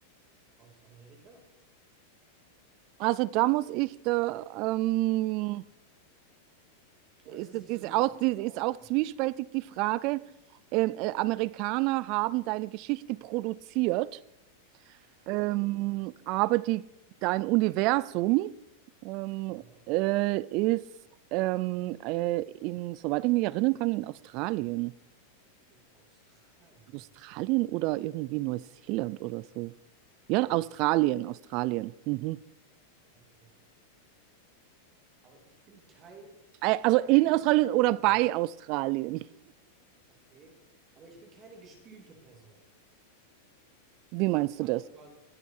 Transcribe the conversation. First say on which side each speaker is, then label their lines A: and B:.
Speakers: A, on the right; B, on the right.
A: Aus Amerika?
B: Also da muss ich da, ähm, ist,
A: Oder ist das
B: ist,
A: nicht so wichtig,
B: auch, ist
A: um darauf
B: auch
A: zu kommen?
B: zwiespältig die Frage. Ähm, äh, Amerikaner haben deine Geschichte produziert,
A: Oh,
B: ähm, aber die, dein Universum ähm,
A: aha.
B: äh, ist, ähm, äh, in, soweit ich mich erinnern kann, in Australien.
A: In Australien.
B: Australien oder irgendwie Neuseeland oder so. Ja,
A: Okay,
B: Australien, Australien. Mhm.
A: okay. Aber ich bin kein,
B: Äh, Also
A: keine
B: in Australien
A: gespielte
B: oder
A: Person.
B: bei Australien.
A: Okay. Aber ich bin keine gespielte Person.
B: Wie meinst
A: Also
B: du das?
A: Mhm. quasi,